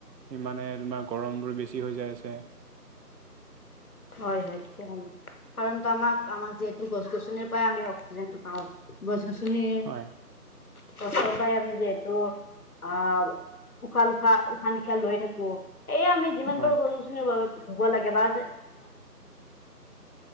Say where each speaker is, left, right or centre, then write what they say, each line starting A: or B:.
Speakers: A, on the right (about 85°); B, on the left (about 60°).
A: সিমানে তোমাৰ গৰমবোৰ বেছি হৈ যায় আছে।
B: হয় হয় থিকেইে কাৰণো আমাক আমাক যিহেতু গছ গছনিৰ পৰা আমি অক্সিজেনটো পাওঁ। গছ গছনি
A: হয়
B: ফল চল। পাই আমি যিহেতু আহ উশাহ লুশাহ উশাহ নিশাহ লৈ থাকো। এই আমি যিমান
A: হয়
B: পাৰো গৰুছিৰ ধুব লাগে বা যে।